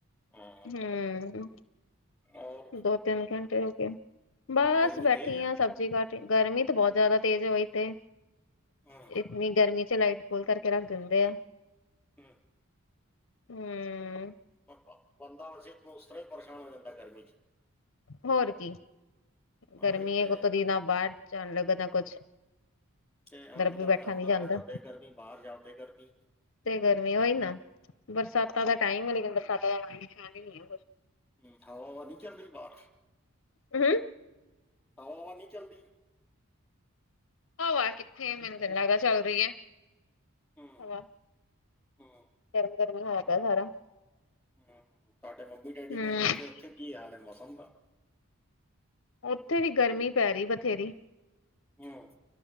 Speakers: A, in the centre; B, on the left (about 55°).
A: ਹਾਂ,
B: ਹੂੰ,
A: ਔਰ
B: ਦੋ ਤਿੰਨ ਘੰਟੇ ਹੋ ਗਏ
A: ਹਮ,
B: ਬਸ
A: ਗਰਮੀ
B: ਬੈਠੀ
A: ਤੇਜ਼ ਹੈ
B: ਆ ਸਬ ਠੀਕ ਆ ਠੀਕ ਗਰਮੀ ਤਾਂ ਬਹੁਤ ਜ਼ਿਆਦਾ ਤੇਜ਼ ਹੈ ਬਹੀ ਤੇ,
A: ਹੂੰ
B: ਇਤਨੀ ਗਰਮੀ ਚ ਲਾਈਟ ਖੋਲ ਕਰਕੇ ਰੱਖ ਦਿੰਦੇ ਆ।
A: ਹੂੰ
B: ਹੂੰ,
A: ਬ- ਬ- ਬੰਦਾ ਵੈਸੇ ਉਸ ਤਰ੍ਹਾਂ ਹੀ ਪਰੇਸ਼ਾਨ ਹੋ ਜਾਂਦਾ ਗਰਮੀ ਚ,
B: ਹੋਰ ਕੀ! ਗਰਮੀ
A: ਆਏ ਤੇ
B: ਹੈ, ਉਤੋਂ ਦੀ ਨਾ ਬਾਹਰ ਜਾਣ ਲੱਗਾ ਨਾ ਕੁਛ
A: ਤੇ ਅੰਦਰ
B: ਵੀ
A: ਅੰਦਰ
B: ਨੀ ਜਾਂਦਾ
A: ਬੈਠਾ ਤੇ ਗਰਮੀ ਬਾਹਰ ਜਾਦੇ ਗਰਮੀ,
B: ਤੇ ਗਰਮੀ ਹੋਈ, ਨਾ ਬਰਸਾਤਾਂ ਦਾ ਟਾਈਮ ਬਸਾਤਾਂ <unintelligible>
A: ਹੂੰ ਹਵਾ-ਹਵਾ ਨੀ ਚੱਲ ਰਹੀ ਬਾਹਰ,
B: ਹੂੰ,
A: ਹਵਾ-ਹਵਾ ਨਹੀਂ ਚੱਲਦੀ।
B: ਹਵਾ ਕਿੱਥੇ ਮੈਨੂੰ ਤਾਂ ਨੀ ਲੱਗਦਾ ਚੱਲ ਰਹੀ ਹੈ
A: ਹੂੰ
B: ਹਵਾ,
A: ਹੂੰ
B: ਤ <unintelligible> ਰਮ ਗਰਮ ਹੋਈਆ ਪਿਆ ਸਾਰਾ,
A: ਹੂੰ ਤੁਹਾਡੇ ਮੰਮੀ ਡੈਡੀ
B: ਹਮ
A: ਨੇ ਜਿੱਥੇ ਉੱਥੇ ਕੀ ਹਾਲੇ ਮੌਸਮ ਦਾ?
B: ਉੱਥੇ ਵੀ ਗਰਮੀ ਪੈ ਰਹੀ ਬਥੇਰੀ।
A: ਹਮ